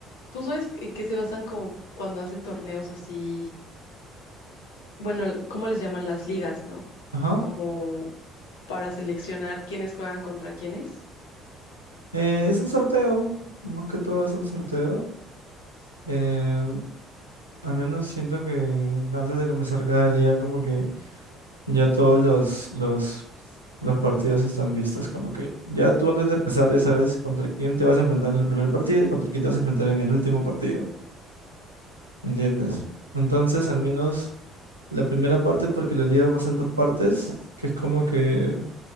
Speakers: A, on the left; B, on the right.
A: ¿tú sabes en qué se basan como cuando hacen torneos así, bueno, el- ¿cómo les llaman las ligas, no?
B: Ajá.
A: Como para seleccionar quiénes juegan contra quiénes,
B: Eh, es un sorteo, más que todo es un sorteo. Eh, al menos siento que antes de comenzar cada liga como que ya todos los, los, los partidos están vistos. Como que ya tú antes de empezar ya sabes contra quién te vas a enfrentar en el primer partido y contra quién te vas a enfrentar en el último partido. ¿Entiendes? Entonces, al menos la primera parte, porque la liga pasa en dos partes, que es como que